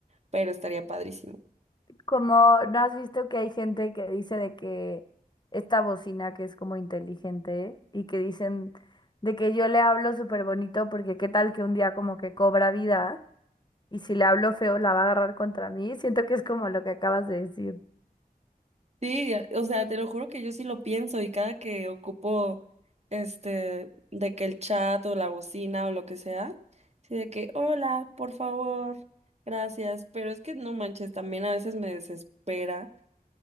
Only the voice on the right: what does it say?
pero estaría padrísimo.
Sí, eh, o sea, te lo juro que yo sí lo pienso y cada que ocupo este de que el chat o la bocina o lo que sea, sí de que hola, por favor, gracias, pero es que no manches, también a veces me desespera